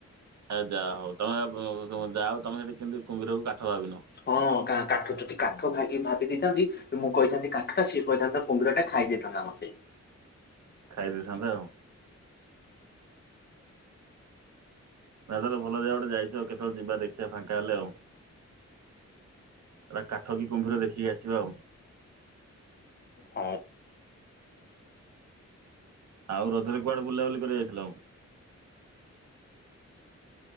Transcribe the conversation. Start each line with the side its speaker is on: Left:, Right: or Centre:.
Right: ଏ ଯାହା ହଉ ତମେ ବୁଁ ବୁଁ ଯା ହଉ ତମେ ସେଠି କିନ୍ତୁ କୁମ୍ଭୀରକୁ କାଠ ଭାବିିନ।
Left: ହଁ କା କାଠ ଯଦି କାଠ ଭାଗି ଭାବି ଦେଇଥାନ୍ତି ମୁଁ କହିଥାନ୍ତି କାଠ ଟା ସିଏ କହିଥାନ୍ତା କୁମ୍ଭୀର ଟା ଖାଇ ଦେଇଥାନ୍ତା ମତେ।
Right: ଖାଇ ଦେଇଥାନ୍ତା ଆଉ। ନା ତାହେଲେ ଭଲ ଜାଗା ଗୋଟେ ଯାଇଛ। କେତେବେଳ ଯିବା ଦେଖିବା ଫାଙ୍କା ହେଲେ ଆଉ। ହେରା କାଠ କି କୁମ୍ଭୀର ଦେଖିକି ଆସିବା ଆଉ।
Left: ହଉ।
Right: ଆଉ ରଜରେ କୁଆଡ଼େ ବୁଲାବୁଲି କରିବାକୁ ଯାଇଥିଲ?